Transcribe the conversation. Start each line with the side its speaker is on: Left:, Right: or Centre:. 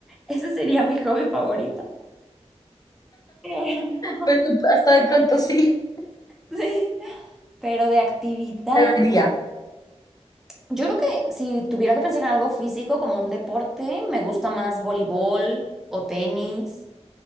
Centre: Ese sería mi hobby favorito. Pero, <laughs>
Left: Pues hasta de pronto sí,
Centre: sí, pero de actividad.
Left: debería.
Centre: Yo creo que si tuviera que pensar en algo físico como un deporte, me gusta más voleibol o tenis,